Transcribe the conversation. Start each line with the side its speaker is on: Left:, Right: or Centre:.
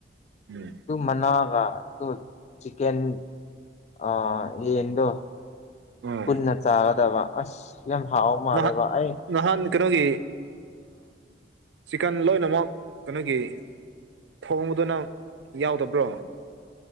Right: ꯎꯝ
Left: ꯑꯗꯨ ꯃꯅꯥꯒ ꯑꯗꯨ ꯆꯟ ꯑ ꯌꯦꯗꯨ
Right: ꯑꯥ
Left: ꯄꯨꯟꯅ ꯆꯥꯒꯗꯕ ꯑꯁ ꯌꯥꯝ ꯍꯥꯎ ꯃꯥꯜꯂꯦꯕ
Right: ꯅꯍꯥꯟ
Left: ꯑꯩ
Right: ꯅꯍꯥꯟ ꯀꯩꯅꯣꯒꯤ ꯆꯤꯀꯟ ꯂꯣꯏꯅꯃꯛ ꯀꯩꯅꯣꯒꯤ ꯈꯣꯡꯕꯗꯨ ꯅꯪ ꯌꯥꯎꯗꯕ꯭ꯔꯣ